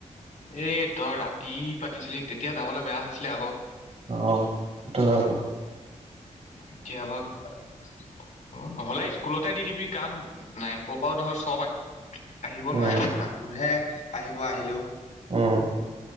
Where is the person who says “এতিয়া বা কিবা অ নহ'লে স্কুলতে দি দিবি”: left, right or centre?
Left